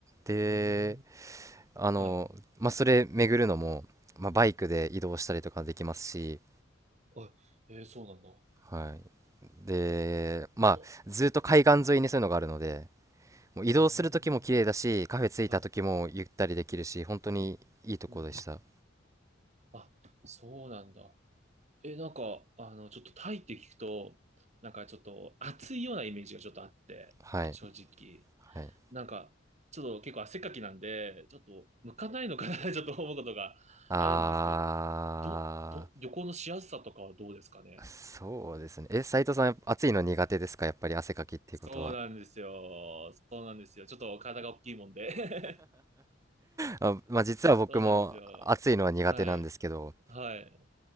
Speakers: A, on the right; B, on the right.
A: で、
B: うん、
A: あの、
B: はい。
A: まあ、それ巡るのも、まあ、バイクで移動したりとかできますし、
B: あ、えー、そうなん
A: はい。で、まあ、
B: だ。な、
A: ずっと海岸沿いにそういうのがあるので、もう移動する時も綺麗だし、
B: うーん。
A: カフェ着いた時もゆったりできるし、
B: はい。
A: 本当にいいとこでした。
B: うん。あ、そうなんだ。え、なんか、あの、ちょっとタイって聞くと、なんかちょっと暑いようなイメージがちょっとあって、
A: はい。
B: 正直。
A: はい。
B: なんか、ちょっと結構汗っかきなんで、ちょっと向かないのかな <laughs> ちょっと思うことがあるんですけど、
A: あ
B: ど、ど、旅行のしやすさとかはどうですかね。
A: ー、そうですね。え、斉藤さん、暑いの苦手ですかやっぱり汗かきっていうことは。
B: そうなんですよ。そうなんですよ。ちょっと体が大きいもんで
A: あ、まあ、実は僕も暑いのは苦手なんですけど、
B: <laughs> そうなんですよ。はい。はい。